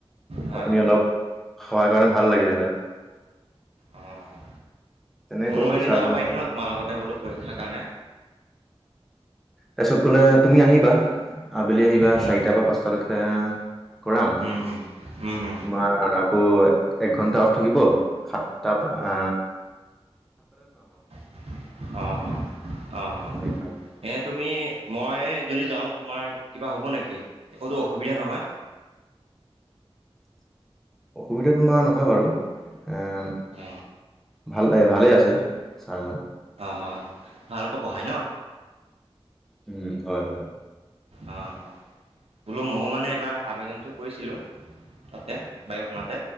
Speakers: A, on the right; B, in the centre.
A: হয়
B: আপুনি
A: হয় হয়
B: অলপ সহায় কৰিলে, ভাল লাগিলে হয়!
A: অ'
B: তেনে
A: ময়ো
B: ক'লোগৈ
A: এনে
B: ছাৰজনৰ
A: যাব পাৰিম
B: ওচৰত
A: ন তোমাৰ লগতে বোলো পৰীক্ষাৰ কাৰণে?
B: তাৰপিছত ক'লে তুমি আহিবা। আবেলি আহিবা
A: হয়
B: চাৰিটাৰ পৰা পাঁচটালৈকে কৰাম।
A: হয়
B: তোমাৰ আকৌ এক ঘন্টা অফ থাকিব। সাতটা পা আ
A: অ' অ', অ' অ'।
B: তেনেকৈ আৰু।
A: এ তুমি মই যদি যাওঁ, তোমাৰ কিবা হ'ব নেকি? একোতো অসুবিধা নহয়!
B: <inaudible> অসুবিধা তোমাৰ নহয় বাৰু! এ
A: অ
B: ভাল ভালেই আছে। ছাৰজন
A: অ' অ' ভালকৈ পঢ়াই ন?
B: উম হয়।
A: অ' অ'। বোলো ময়ো মানে এইবাৰ আবেদনটো কৰিছিলো তাতে, বায়ুসেনাতে।